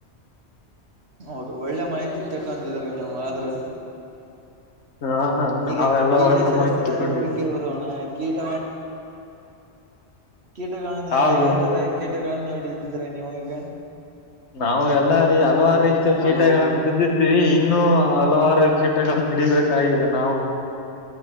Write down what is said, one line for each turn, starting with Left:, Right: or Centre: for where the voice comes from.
Right: ಹೌದು ಒಳ್ಳೆ ಮಾಹಿತಿ ತಿಳ್ಕೊಂಡಿದಿರಿ ನೀವು ಆದ್ರೆ.
Left: ಹ ಹ
Right: ಈಗ
Left: ನಾವೆಲ್ಲಾ
Right: ಕೀಟಶಾಸ್ತ್ರ
Left: ಒಳ್ಳೆ ಮಾಹಿತಿ ತಿಳ್ಕೊಂಡಿ
Right: ಬಗ್ಗೆ ಬರೋಣ ಕೀಟ. ಕೀಟಗಳನ್ನು
Left: ಹೌದು
Right: ಯಾಯಾವ ತರ ಕೀಟಗಳನ್ನು ಹಿಡ್ಡಿದ್ರಿ ನೀವು ಈಗ.
Left: ನಾವು ಎಲ್ಲ ರೀ ಹಲವಾರ ರೀತಿಯ
Right: ಹಲವು
Left: ಕೀಟಗಳನ್ನು ಹಿಡಿದ. ವಿ ಇನ್ನು ಹಲವಾರು ಕೀಟಗಳು ಹಿಡಿ ಬೇಕಾಗಿದೆ ನಾವು.